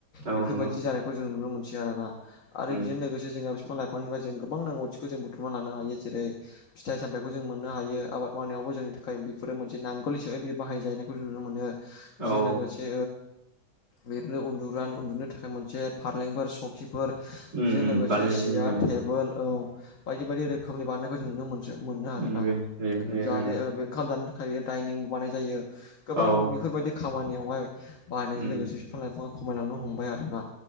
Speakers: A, on the right; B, on the left.
A: औ
B: बेफोरबायदि
A: नंगौ
B: जानायखौ जों नुनो मोनसै आरोना। आरो
A: उम
B: बेजों लोगोसे जोंहा बिफां लाइफांनिफ्राय जों गोबां नांगौथिखौ जों बुथुमना लानो हायो जेरै फिथाइ सामथायाइखौ जों मोननो हायो आबाद मावनायावबो जोंनि थाखाय बेफोरो मोनसे नांगोल हिसाबै बे बाहायजायनायखौ जों नुनो मोनो। बेजों
A: औ औ
B: लोगोसे बिनो उन्दुनो थाखाय मोनसे फारलेंफोर सकिफोर
A: उम
B: बेजों
A: उम
B: लोगोसे
A: बानायनाय
B: सियार
A: जायो औ
B: टेबोल औ बायदि बायदि रोखोमनि बानायनायखौ जों नुनो मोनो मोनो
A: उम
B: आरो ना
A: बे बे बे
B: जाहाथे
A: औ
B: बे ओंखाम जानो थाखाय दायो दाइनिंबो बानाय जायो गोबां
A: औ
B: बेफोरबायदि खामानियावहाय बाहायनायजों
A: उम
B: लोगोसे बिफां लाइफाङा खमायलांनो हमबाय आरोना